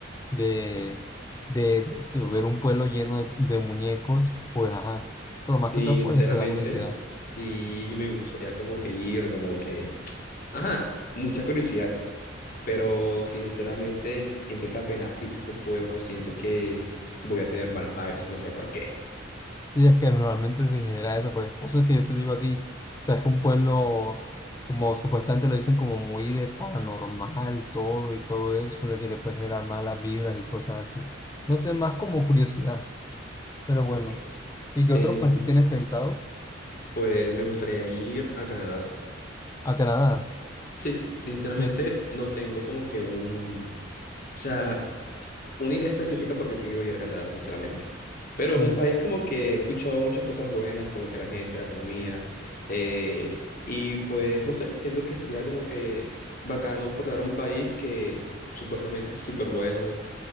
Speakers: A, on the left; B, on the left.
A: de, de, de que ver un pueblo lleno de, de muñecos, pues ajá. Pero más
B: Sinceramente,
A: que todo es por eso, da curiosidad.
B: sí me gustaría como que ir, como que... Ajá, mucha curiosidad, pero sinceramente siento que apenas pise ese pueblo, siento que voy a tener malas vibes, no sé por qué.
A: Sí, es que normalmente se genera eso, pues por eso es que yo te digo a ti, o sea, es que un pueblo, como supuestamente lo dicen, como muy de paranormal, todo y todo eso, de que te puede generar malas vibras y cosas así. No sé, más como curiosidad, pero bueno.
B: Ok,
A: ¿Y qué otros
B: em,
A: países tienes pensado?
B: pues me gustaría ir a Canadá.
A: A Canadá.
B: Sí, sinceramente
A: Yo,
B: no tengo como que un... O sea, una idea específica porque quiero ir a Canadá, sinceramente. Pero
A: yo,
B: es un
A: sí.
B: país como que he escuchado muchas cosas buenas, como que la gente, la economía, eh, y pues no sé, siento que sería como que bacano explorar un país que supuestamente es súper bueno